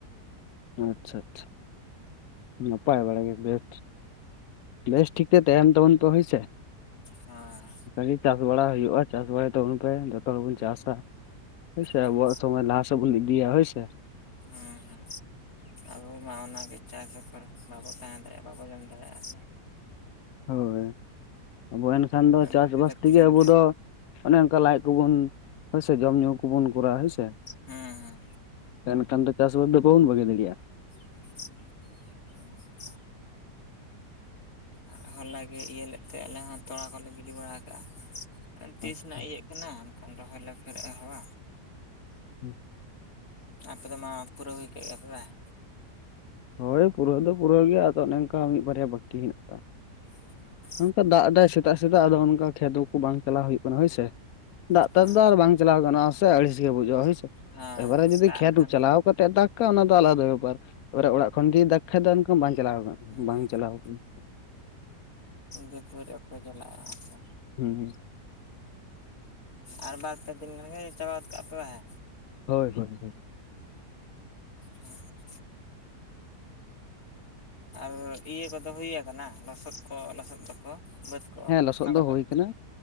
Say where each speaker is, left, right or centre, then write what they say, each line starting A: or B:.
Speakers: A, on the left; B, on the left.
A: ᱟᱪᱪᱷᱟ ᱟᱪᱪᱷᱟ ᱱᱟᱯᱟᱭ ᱵᱟᱲᱟ ᱜᱮ ᱵᱮᱥ ᱵᱮᱥ ᱴᱷᱤᱠ ᱛᱮ ᱛᱟᱦᱮᱱ ᱛᱟᱵᱚᱱ ᱯᱮ ᱦᱮᱸᱥᱮ
B: ᱦᱳᱭ
A: ᱠᱤ ᱪᱟᱥ ᱵᱟᱲᱟ ᱦᱩᱭᱩᱜᱼᱟ ᱪᱟᱥ ᱵᱟᱲᱟᱭ ᱛᱟᱵᱚᱱ ᱯᱮ ᱡᱚᱛᱚ ᱦᱚᱲ ᱵᱚᱱ ᱪᱟᱥᱟ ᱦᱳᱭ ᱥᱮ
B: ᱦᱩᱸ
A: ᱟᱵᱚᱣᱟᱜ ᱥᱚᱢᱟᱡ ᱞᱟᱦᱟ ᱥᱮᱫ ᱵᱚᱱ ᱤᱫᱤᱭᱟ ᱦᱳᱭ ᱥᱮ᱾
B: ᱦᱮᱸ ᱦᱮᱸ ᱟᱵᱚ ᱢᱟ ᱚᱱᱟ ᱜᱮ ᱪᱟᱥ ᱵᱮᱜᱚᱨ ᱵᱟᱵᱚ ᱛᱟᱦᱮᱸ ᱫᱟᱲᱮᱭᱟᱜᱼᱟ, ᱵᱟᱵᱚ ᱡᱚᱢ ᱫᱟᱲᱮᱭᱟᱜᱼᱟ ᱥᱮ
A: ᱦᱳᱭ ᱟᱵᱚ ᱮᱱᱠᱷᱟᱱ ᱫᱚ ᱪᱟᱥ
B: ᱱᱤᱦᱟᱹᱛᱤ
A: ᱵᱟᱥ
B: ᱞᱟᱹᱠᱛᱤ
A: ᱛᱮᱜᱮ
B: ᱠᱟᱱ
A: ᱟᱵᱚ
B: ᱜᱮᱭᱟ
A: ᱫᱚ᱾ ᱚᱱᱮ ᱚᱱᱠᱟ ᱞᱟᱡ ᱠᱚᱵᱩᱱ ᱦᱳᱭ ᱥᱮ ᱡᱚᱢ ᱧᱩ ᱦᱳ ᱵᱚᱱ ᱠᱚᱨᱟᱣᱟ ᱦᱮᱸ ᱥᱮ
B: ᱦᱩᱸ ᱦᱩᱸ
A: ᱮᱱᱠᱷᱟᱱ ᱫᱚ ᱪᱟᱥ ᱵᱟᱥ ᱫᱚ ᱵᱟᱵᱚᱱ ᱵᱷᱟᱹᱜᱤ ᱫᱟᱲᱮᱭᱟᱜᱼᱟ᱾
B: ᱚ ᱟᱪᱪᱷᱟ ᱟᱨ ᱦᱚᱞ ᱜᱮ ᱤᱭᱟᱹ ᱞᱮᱫ ᱛᱮ ᱟᱞᱮ ᱦᱚᱸ ᱛᱚᱞᱟ ᱠᱚᱞᱮ ᱜᱤᱰᱤ ᱵᱟᱲᱟ ᱠᱟᱜᱼᱟ ᱛᱤᱥ
A: ᱟᱪᱪᱷᱟ
B: ᱨᱮᱱᱟᱜ ᱤᱭᱟᱹ ᱠᱟᱱᱟ ᱮᱱᱠᱷᱟᱱ ᱨᱚᱦᱚᱭ ᱠᱚ ᱟᱹᱣᱨᱤ ᱞᱮ ᱟᱦᱚᱵᱟ ᱯᱷᱮᱨᱮ ᱮᱦᱚᱵᱣᱟ
A: <inaudible>
B: ᱟᱯᱮ ᱫᱚ ᱢᱟ ᱯᱩᱨᱟᱹᱣ ᱦᱩᱭ ᱠᱮᱫ ᱜᱮᱭᱟ ᱯᱮ ᱵᱟᱝ
A: ᱦᱳᱭ ᱯᱩᱨᱟᱹᱣ ᱫᱚ ᱯᱩᱨᱟᱹᱣ ᱜᱮᱭᱟ ᱟᱫᱚ ᱚᱱᱮ ᱚᱱᱠᱟ ᱢᱤᱫ ᱵᱟᱨᱭᱟ ᱵᱟᱹᱠᱤ ᱦᱮᱱᱟᱜ ᱟᱠᱟᱫ-ᱟ᱾
B: <inaudible>
A: ᱱᱚᱠᱟ ᱫᱟᱜ ᱮᱫᱟᱭ ᱥᱮᱛᱟᱜ ᱥᱮᱛᱟᱜ ᱟᱫᱚ ᱚᱱᱠᱟ ᱠᱷᱮᱛ ᱠᱚ ᱵᱟᱝ ᱪᱟᱞᱟᱣ ᱦᱩᱭᱩᱜ ᱠᱟᱱᱟ᱾ ᱦᱳᱭ ᱥᱮ ᱫᱟᱜ
B: ᱦᱮᱸ
A: ᱫᱟᱜ ᱛᱮ ᱟᱨ ᱵᱟᱝ ᱪᱟᱞᱟᱣ ᱜᱟᱱᱚᱜᱼᱟ ᱥᱮ ᱟᱹᱲᱤᱥ ᱜᱮ ᱵᱩᱡᱩᱜᱼᱟ ᱦᱳᱭ ᱥᱮ
B: ᱦᱮᱸ
A: ᱮᱵᱟᱨᱮ ᱡᱩᱫᱤ
B: ᱫᱟᱜ
A: ᱠᱷᱮᱛ
B: ᱠᱷᱟᱱ
A: ᱠᱚ ᱪᱟᱞᱟᱣ ᱠᱟᱛᱮ ᱫᱟᱜ ᱚᱱᱠᱟ ᱚᱱᱟ ᱫᱚ ᱟᱞᱟᱫᱟ ᱵᱮᱯᱟᱨ ᱮᱯᱚᱨᱮ ᱚᱲᱟᱜ ᱠᱷᱚᱱᱜ ᱜᱮ ᱫᱟᱜ ᱠᱷᱟᱱ ᱫᱚ ᱚᱱᱠᱟ ᱵᱟᱝ ᱪᱟᱞᱟᱣ ᱠᱟᱱᱟ
B: ᱦᱮᱸ
A: ᱵᱟᱝ ᱪᱟᱞᱟᱣ ᱟᱠᱟᱱᱟ᱾
B: ᱡᱟᱹᱯᱩᱫ ᱨᱮ ᱚᱠᱚᱭ ᱪᱟᱞᱟᱜᱼᱟ ᱦᱮᱸ ᱥᱮ?
A: ᱦᱮᱸ ᱦᱩᱸ
B: ᱟᱨ ᱵᱟᱨ ᱯᱮ ᱫᱤᱱ ᱜᱟᱱ ᱪᱟᱵᱟ ᱜᱚᱫ ᱠᱟᱜ ᱯᱮ ᱦᱮ?
A: ᱦᱳᱭ ᱦᱳᱭ ᱦᱳᱭ
B: ᱟᱪᱪᱷᱟ <inaudible> ᱟᱨ ᱤᱭᱟᱹ ᱠᱚᱫᱚ ᱦᱳᱭ ᱟᱠᱟᱱᱟ ᱞᱚᱥᱚᱫ ᱠᱚ ᱞᱚᱥᱚᱫ ᱫᱚ ᱠᱚ ᱵᱟᱹᱫᱽ ᱠᱚ
A: ᱦᱮᱸ ᱞᱚᱥᱚᱫ
B: ᱚᱱᱟ
A: ᱫᱚ
B: ᱠᱚᱫᱚ
A: ᱦᱳᱭ ᱟᱠᱟᱱᱟ